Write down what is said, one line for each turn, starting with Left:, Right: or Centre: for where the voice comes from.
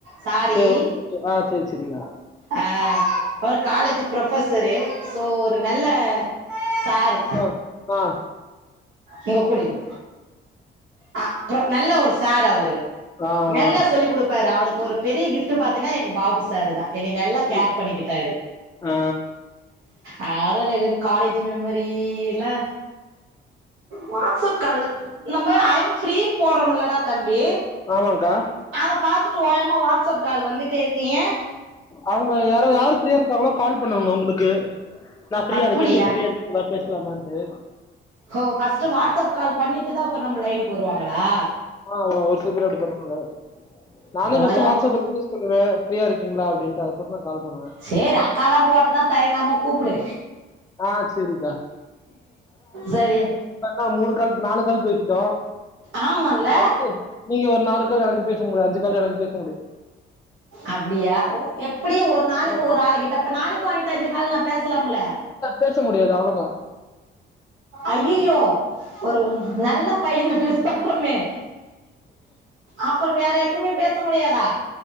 Right: சாரி
Left: சரி ஓகே ஓகே ஆ சரி சரிக்கா
Right: ஆ ஓ காலேஜ் ப்ரோஃவ் ஃவ்வசரு சோ ஒரு நல்ல சாரு
Left: ஒ அ
Right: இங்க குடிங் ஆ ப்றோ நல்ல ஒரு சார் அவுரு
Left: ஆ ஆ
Right: நல்ல சொல்லி குடுப் பாரு அவளுக் ஒரு பெரிய கிஃப்ட்டு பாத்தீங்ன்னா எங்க பாபு சாரு தா என்னய நல்லா கேர்
Left: ம்
Right: பண்ணிக்கிட்டாரு
Left: ஆ
Right: அ பரவால்ல என்னத காலேஜ்ஜு மெமரில்லா வாட்ஸ் அப் கால்ல நம்ப ஐயம் ஃப்ரீன் போட்றம்இல்லடா தம்பி
Left: ஆமாங்க்கா
Right: அதப் பாத்துட்டு ஓயாம வாட்ஸ்அப் கால் வந்துட்டே இர்க்கு ஏ
Left: அவுங்க யாரோ யாரு ஃப்ரீயா இருக்காங்களோ கால் பண்ணுவாங்க உங்குளுக்கு நா ஃப்ரீயா
Right: அப்படியா
Left: இருக்கே நீங்க ஃப்ரீயா இருக் னா பேஸ்லாமான்ட்டு
Right: ஹோ ஃபர்ஸ்ட்டு வாட்ஸ்அப் கால் பண்ணிட்டுதா அப்பர் நம்ப லைனுக்கு வருவாங்களா
Left: ஆமா ஒரு சிலபேர் அப்டி பண்ணுவாங்க நானே ஃபர்ஸ்ட்டு
Right: ஓயாம
Left: வாட்ஸ்அப்ல மேஸேஜ் பன்னுவ ஃபிரீயா இருக்கீங்ளா அப்டின்ட்டு அதுக்கப்றோ தா கால் பண்ணுவே
Right: சேர் அக்கால்லா போட்டன்னா தயங்காம கூப்புடு
Left: ஆ சேரிக்கா
Right: சரி
Left: அ மூணு கால் நாலு கால் பேசிட்டோ
Right: ஆமால்ல
Left: அடுத்து நீங்க ஒரு நாலு கால் எனக்கு பேச முடியு அஞ்சு கால் எனக்கு பேஸ்
Right: அப்புடியா எப்புடி ஒரு நாளைக்கு
Left: ஆமா
Right: ஒரு ஆளுக்கிட் அப்ப நாளைக்கு ஒங்கிட்ட அஞ்சு கால் நா பேஸ்லாம்ல
Left: பேசமுடியாது அவ்ளதா
Right: ஐயையோ ஒரு நல்ல பையன மிஸ் பண்றம்மே அப்றோ வேற எப்யுமே பேச முடியாதா